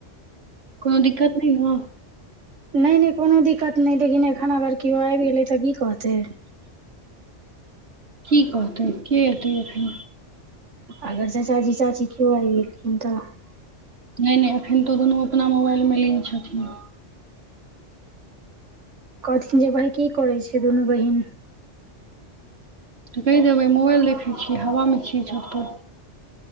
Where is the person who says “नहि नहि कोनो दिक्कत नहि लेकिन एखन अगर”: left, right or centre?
Right